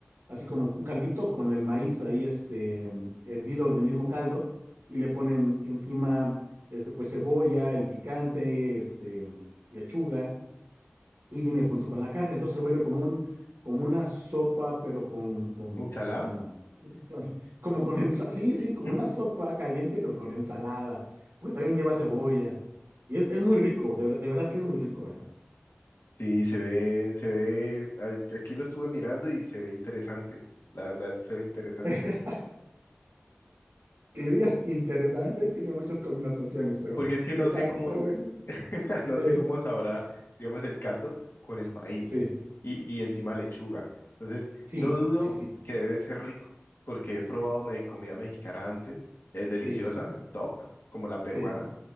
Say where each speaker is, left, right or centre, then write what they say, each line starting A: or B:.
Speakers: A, on the right (about 80°); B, on the left (about 75°).
A: así como un caldito con el maíz ahí, este, mm, hervido en el mismo caldo, y le ponen encima, este, pues cebolla, el picante, este, lechuga y viene junto con la carne, entonces se vuelve como un, como una sopa, pero con, con,
B: ¿Ensalada?
A: con, <laughs> con- como con ensalada, sí,
B: <laughs>
A: sí, como una sopa caliente, pero con ensalada, porque también lleva cebolla, y es, es muy rico, de verdad, de verdad que es muy rico, ¿eh?
B: Sí, se ve, se ve, ay, aquí lo estuve mirando y se ve interesante. La verdad, se ve interesante.
A: <laughs> Que le digas
B: Bo-
A: interesante, tiene muchas connotaciones, pero
B: Porque es que no
A: está,
B: sé
A: está
B: cómo,
A: bueno,
B: <laughs> No
A: sí,
B: sé cómo sabrá, digamos, el caldo con el maíz
A: sí,
B: y, y encima lechuga. Entonces,
A: sí,
B: no dudo
A: sí,
B: que debe ser rico porque he probado
A: sí, sí,
B: me- comida mexicana antes. Es deliciosa,
A: sí,
B: es top, como la peruana,
A: sí,